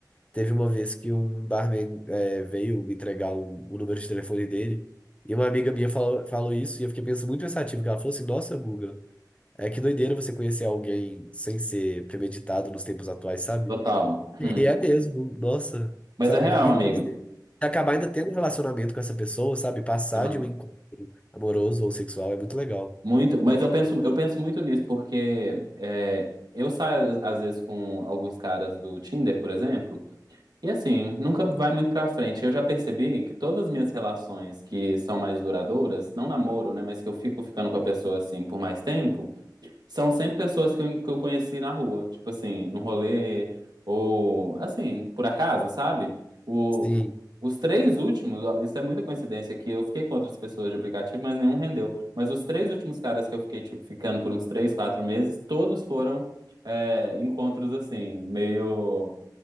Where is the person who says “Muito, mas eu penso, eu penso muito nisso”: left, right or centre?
Right